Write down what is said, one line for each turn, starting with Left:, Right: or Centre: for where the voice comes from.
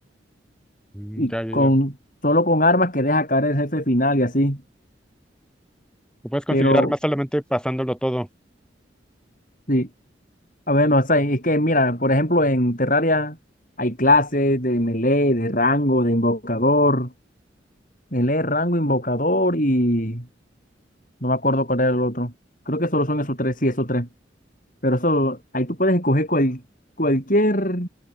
Centre: Mm,
Left: y
Centre: ya, ya,
Left: con
Centre: ya.
Left: solo con armas que deja caer el jefe final y así.
Centre: Lo puedes conseguir
Left: Pero
Centre: armas solamente pasándolo todo.
Left: sí. A ver, no, o sea, es que mira, por ejemplo, en Terraria hay clases de melee, de rango, de invocador, melee, rango, invocador y no me acuerdo cuál era el otro. Creo que solo son esos tres, sí, esos tres. Pero eso, ahí tú puedes escoger cual- cualquier